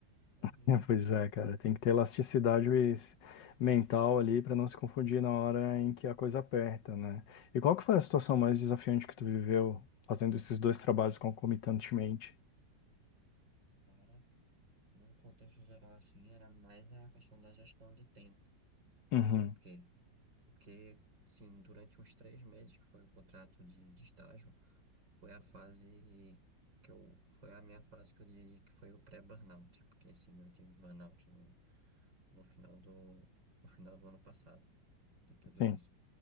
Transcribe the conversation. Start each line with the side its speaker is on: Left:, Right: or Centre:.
Right: é
Left: <laughs>
Right: muito difícil.
Left: Pois é, cara, tem que ter elasticidade es- mental ali para não se confundir na hora em que a coisa aperta, né? E qual que foi a situação mais desafiante que tu viveu fazendo esses dois trabalhos concomitantemente?
Right: Cara, num contexto geral assim, era mais a questão da gestão de tempo.
Left: Uhum,
Right: Por quê? Porque, sim, durante uns três meses, que foi o contrato de, de estágio, foi a fase que eu, foi a minha fase que eu diria que foi o pré-burnout, porque, assim, eu tive burnout no, no final do, no final do ano passado, de tudo
Left: sim.
Right: isso.